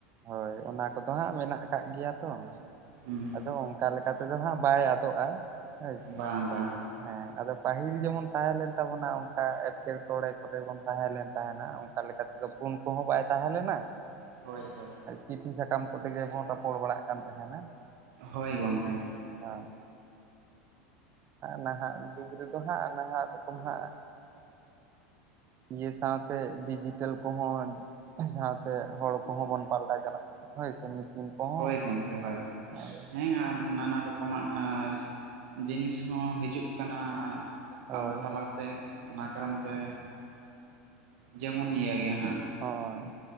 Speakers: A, on the right (about 35°); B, on the right (about 70°).
A: ᱦᱳᱭ ᱚᱱᱟ ᱠᱚᱫᱚ ᱦᱟᱸᱜ ᱢᱮᱱᱟᱜ ᱟᱠᱟᱫ ᱜᱮᱭᱟ ᱛᱚ᱾
B: ᱦᱩᱸ
A: ᱟᱫᱚ ᱚᱱᱠᱟ ᱞᱮᱠᱟ ᱛᱮᱫᱚ ᱦᱟᱸᱜ ᱵᱟᱭ ᱟᱫᱚᱜᱼᱟ ᱦᱳᱭ ᱥᱮ᱾
B: ᱵᱟᱝ ᱵᱟᱝ
A: ᱦᱮᱸ ᱟᱫᱚ ᱯᱟᱹᱤᱞ ᱡᱮᱢᱚᱱ ᱛᱟᱦᱮᱸ ᱞᱮᱱ ᱛᱟᱵᱚᱱᱟ ᱚᱱᱠᱟ ᱮᱴᱠᱮᱴᱚᱬᱮ ᱠᱚᱨᱮ ᱵᱚᱱ ᱛᱟᱦᱮᱸ ᱞᱮᱱ ᱛᱟᱦᱮᱱᱟ᱾ ᱚᱠᱟ ᱞᱮᱠᱟ ᱛᱮᱫᱚ ᱯᱩᱱ ᱠᱚᱦᱚᱸ ᱵᱟᱭ ᱛᱟᱦᱮᱸ ᱞᱮᱱᱟ᱾
B: ᱦᱳᱭ ᱦᱳᱭ
A: ᱪᱤᱴᱷᱤ ᱥᱟᱠᱟᱢ ᱠᱚᱛᱮᱜᱮ ᱵᱚᱱ ᱨᱚᱯᱚᱲ ᱵᱟᱲᱟᱜ ᱠᱟᱱ ᱛᱟᱦᱮᱱᱟ᱾
B: ᱦᱳᱭ ᱜᱚᱢᱠᱮ᱾
A: ᱦᱮ᱾ ᱱᱟᱦᱟᱜ ᱡᱩᱜᱽ ᱨᱮᱫᱚ ᱦᱟᱸᱜ ᱱᱟᱦᱟᱜ ᱨᱚᱠᱚᱢ ᱦᱟᱸᱜ᱾ ᱤᱭᱟᱹ ᱥᱟᱶᱛᱮ ᱰᱤᱡᱤᱴᱮᱞ ᱠᱚᱦᱚᱸ᱾ ᱥᱟᱶᱛᱮ ᱦᱚᱲ ᱠᱚᱦᱚᱸ ᱵᱚᱱ ᱯᱟᱞᱴᱟᱣ ᱪᱟᱞᱟᱜ ᱠᱟᱱᱟ᱾ ᱦᱳᱭ ᱥᱮ ᱢᱮᱥᱤᱱ ᱠᱚᱦᱚᱸ
B: ᱦᱳᱭ ᱜᱚᱝᱭᱠᱮ ᱦᱳᱭ
A: ᱦᱳᱭ
B: ᱦᱮᱸ᱾ ᱱᱟᱱᱟ ᱨᱚᱠᱚᱢᱟᱜ ᱡᱤᱱᱤᱥ ᱠᱚᱦᱚᱸ ᱦᱤᱡᱩᱜ ᱠᱟᱱᱟᱟᱨ᱾
A: ᱦᱳᱭ
B: ᱟᱵᱚ ᱛᱟᱞᱟᱛᱮ ᱚᱱᱟ ᱠᱟᱨᱚᱱ ᱛᱮ ᱡᱮᱢᱚᱱ ᱤᱭᱟᱹ ᱜᱮ ᱦᱟᱸᱜ
A: ᱦᱳᱭ